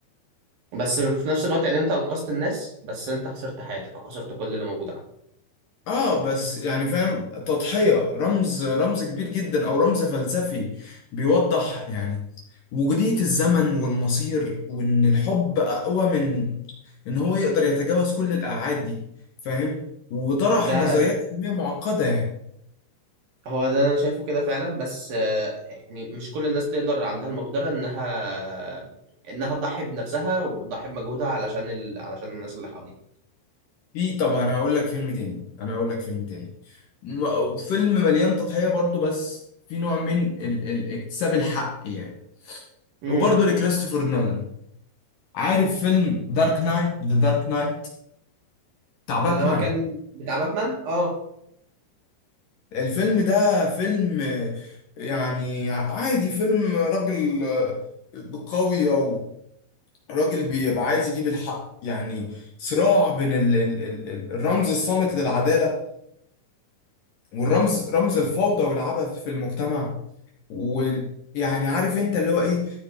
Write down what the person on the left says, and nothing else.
اه بس يعني فاهم تضحية رمز رمز كبير جدا او رمز فلسفي بيوضح يعني وجودية الزمن والمصير وان الحب اقوى من ان هو يقدر يتجاوز كل الابعاد دي فاهم وطرح
نظريات علمية معقدة يعني
في طبعا هقول لك فيلم تاني انا هقول لك فيلم تاني م- فيلم مليان تضحية برضو بس في نوع من ال... ال... اكتساب الحق يعني
وبرضو لكريستوفر نولان عارف فيلم دارك نايت ذا دارك نايت بتاع باتمان
الفيلم ده فيلم آه، يعني عادي فيلم راجل آه، قوي او راجل بيبقى عايز يجيب الحق يعني صراع بين ال ال ال الرمز الصامت للعدالة والرمز رمز الفوضى والعبث في المجتمع ويعني عارف انت اللي هو ايه